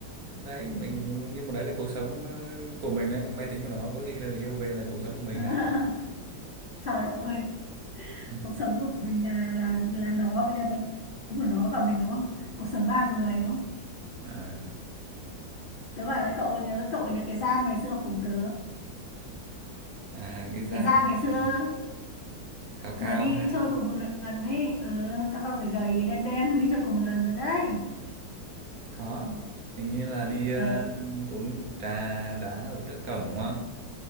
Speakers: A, on the right (about 65°); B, on the left (about 80°).
A: đấy mình nhưng mà đấy là cuộc sống ờ, của mình đấy cái máy tính của nó có khi là yêu về là cuộc sống của mình
B: <laughs>
A: đấy
B: trời ơi
A: Ừ.
B: cuộc sống của mình là là là nó với cái máy tính của nó và mình đúng không cuộc sống ba người đúng không
A: à,
B: tớ bảo là cậu nhớ cậu nhớ cái Giang ngày xưa học cùng tớ
A: à cái Giang
B: cái Giang ngày xưa
A: là cao cao
B: mà đi
A: hả
B: chơi cùng một lần ấy ừ, các cậu gầy gầy đen đen đi chơi cùng một lần rồi đấy
A: có hình như là đi ờ,
B: ừ,
A: uống trà đá ở trước cổng đúng không